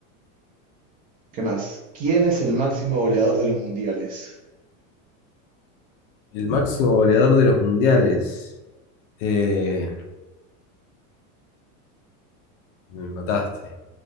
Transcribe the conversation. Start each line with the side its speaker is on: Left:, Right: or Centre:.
Right: ¿Qué más? ¿Quién es el máximo goleador de los mundiales?
Left: El máximo goleador de los mundiales. Eh, me mataste.